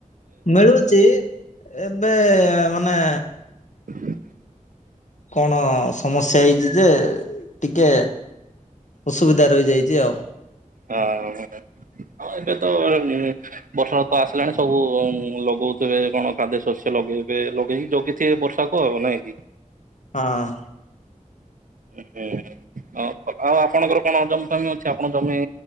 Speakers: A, on the left; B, on the right.
A: ମିଳୁଛି ଏବେ ମାନେ
B: ହ <inaudible>
A: କଣ ସମସ୍ୟା ହେଇଛି ଯେ ଟିକେ? ଅସୁବିଧା ରହିଯାଇଛି ଆଉ ।
B: ହଁ ଏବେ ତ ବର୍ଷା ଫରସା ଆସିଲାଣି ସବୁ ଲୋ କହୁଥିବେ କଣ ଖାଦ୍ୟ ଶସ୍ୟ ଲଗେଇବେ ଲଗେଇକି ଲଗିଥିବେ ବର୍ଷା କଉ ନାଇଁ କି
A: ହଁ
B: <unintelligible> ହ ଆଉ ଆପଣଙ୍କର କଣ ଜମିଫମି ଅଛି ଆପଣ ଜମି